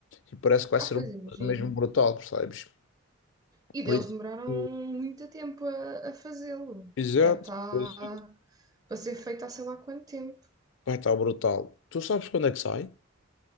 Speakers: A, on the left (about 65°); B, on the right (about 20°).
A: e parece que vai
B: Ah,
A: ser
B: pois
A: uma
B: imagino.
A: coisa mesmo brutal, percebes?
B: E
A: Por
B: deles
A: isso
B: demoraram
A: que-
B: muito tempo a, a fazê-lo.
A: Exato,
B: Já está
A: por isso que
B: para ser feito há sei lá quanto tempo.
A: vai estar brutal. Tu sabes quando é que sai?